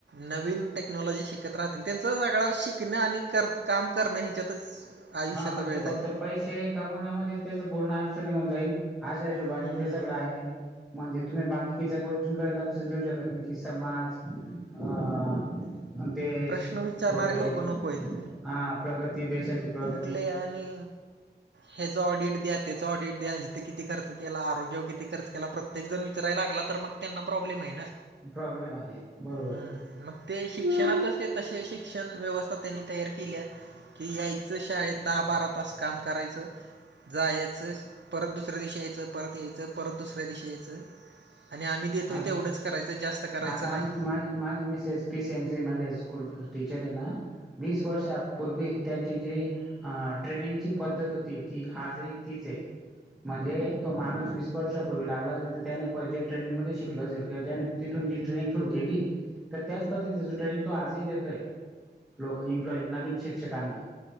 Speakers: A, on the right; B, in the centre.
A: नवीन टेक्नॉलॉजी शिकत राहतील. त्यांचं सगळा शिकणं आणि कर काम करणं ह्याच्यातच आयुष्याचा
B: हा म्हणजे
A: वेळ जाईल.
B: फक्त पैसे कमवण्यामध्येच त्यांचं पुर्ण आयुष्य निघून जाईल. आशा हिशोबाने
A: हं.
B: ते सगळं आहे. म्हणजे तुम्ही बाकीच्या गोष्टींकडे लक्षच देऊ शकतं नाही की समाज अ देश
A: प्रश्न विचारणारे
B: वगैरे
A: लोकं नको आहेत.
B: हा प्रगती देशाची प्रग
A: तले आणि. ह्याचं ऑडिट द्या, त्याचं ऑडिट द्या. हिथं किती खर्च केला, आरोग्यवर किती खर्च केला. प्रत्ये एक जण विचारायला लागला तर मग त्यांना प्रॉब्लेम आहे ना.
B: प्रॉब्लेम आहे बरोबर.
A: हम्म, मग ते शिक्षणातच ते तसे शिक्षण व्यवस्था त्यांनी तयार केल्या. की यायचं शाळेत दहा बारा तास काम करायचं. जा यायचं परत दुसऱ्या दिवशी यायचं परत यायचं परत दुसऱ्या दिवशी यायचं. आणि आम्ही देतोय
B: आता
A: ते एवढंच करायचं जास्त करायचं
B: आता
A: नाही.
B: आम माझ- माझ मिसस पी सी एमसी मध्ये स्कूल टीचर आहे ना वीस वर्ष पूर्वी त्यांची जी हां ट्रेनिंगची पद्धत होती ती आजही तीच आहे. म्हणजे तो माणूस वीस वर्षापूर्वी लागला असेल, तर त्यानेे प्रोजेक्ट ट्रेनिंगमध्ये शिकलो असेल किंवा ज्याने तिथून जी ट्रेनिंग सुरु केली. तर त्याच पद्धतीच ट्रेनिंग तो आजही देतोय. लोक इम्प्लॉई नवीन शिक्षकांना